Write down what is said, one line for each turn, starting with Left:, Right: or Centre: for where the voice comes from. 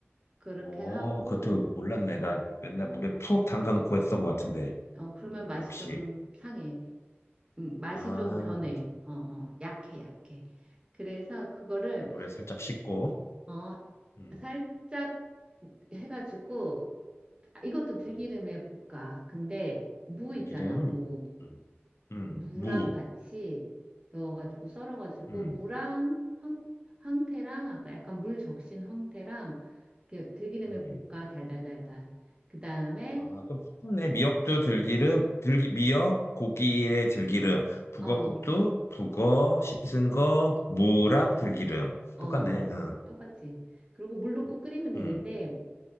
Right: 그렇게
Left: 어,
Right: 하고,
Left: 그것도 몰랐네. 나 맨날 물에 푹 담가놓고 했던 것 같은데.
Right: 어, 그러면
Left: 음,
Right: 맛이
Left: 역시.
Right: 좀 상해. 음, 맛이
Left: 아,
Right: 좀 변해.
Left: 오케이.
Right: 어, 어, 약해, 약해. 그래서 그거를
Left: 물에 살짝 씻고.
Right: 어,
Left: 음,
Right: 살짝 해가지고 아, 이것도 들기름에
Left: 음,
Right: 볶아. 근데 무
Left: 들기름,
Right: 있잖아, 무.
Left: 음, 음,
Right: 무랑
Left: 무,
Right: 같이 넣어가지고 썰어가지고
Left: 음,
Right: 무랑 황, 황태랑 아까 약간 물 적신 황태랑 이렇게 들기름에
Left: 음.
Right: 볶아 달달달달. 그 다음에
Left: 아, 또 푸네. 미역도 들기름, 들기, 미역, 고기에 들기름, 북어국도
Right: 어,
Left: 북어 씻은 거 무랑 들기름.
Right: 어,
Left: 똑같네. 응,
Right: 똑같이. 그리고 물 넣고
Left: 응,
Right: 끓이면 되는데
Left: 응.